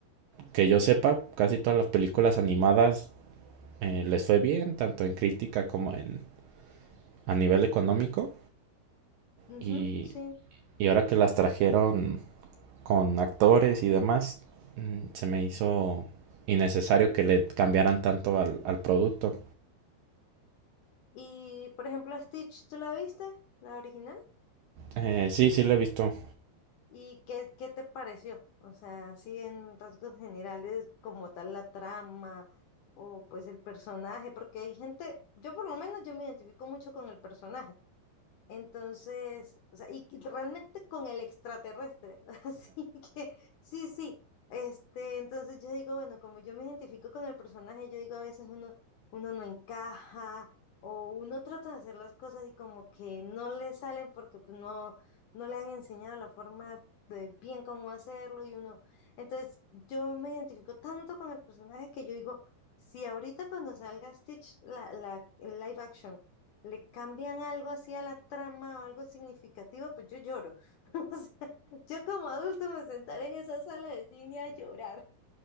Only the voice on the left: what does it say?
Ujú,
sí.
Y por ejemplo, Stitch, ¿tú la viste? La original.
¿Y qué, qué te pareció? O sea, así en rasgos generales, como tal la trama o pues el personaje, porque hay gente, yo por lo menos yo me identifico mucho con el personaje. Entonces, o sea, y que realmente con el extraterrestre. <laughs> Así que, sí, sí. Este, entonces yo digo, bueno, como yo me identifico con el personaje, yo digo, a veces uno, uno no encaja, o uno trata de hacer las cosas y como que no le salen porque pues, no, no le han enseñado la forma de bien cómo hacerlo, y uno. Entonces, yo me identifico tanto con el personaje que yo digo, si ahorita cuando salga Stitch, la, la el live action le cambian algo así a la trama o algo significativo, pues yo lloro. <laughs> O sea, yo como adulto me sentaré en esa sala de cine a llorar